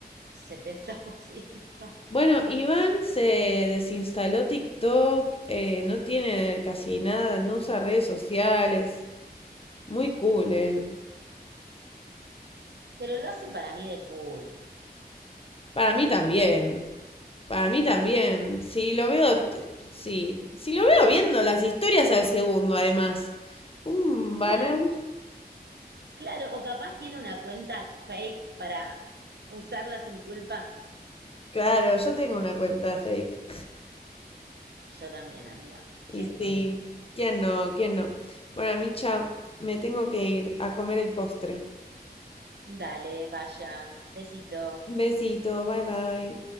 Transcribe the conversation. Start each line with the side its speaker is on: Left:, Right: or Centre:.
Right: 70%.
Left: Bueno, Iván se desinstaló TikTok, eh, no tiene casi nada, no usa redes sociales. Muy cool él.
Right: Pero lo hace para mí de cool.
Left: Para mí también. Para mí también. Si lo veo, t- sí. Si lo veo viendo las historias al segundo, además. Un
Right: Cla-
Left: banner.
Right: Claro, o capaz tiene una cuenta fake para usarla sin culpa.
Left: Claro, yo tengo una cuenta fake.
Right: Yo también, amiga.
Left: Y
Right: ¿Quién
Left: sí.
Right: no?
Left: ¿Quién no? ¿Quién no? Bueno, Micha, me tengo que ir a comer el postre.
Right: Dale, vaya. Besito.
Left: Besito, bye bye.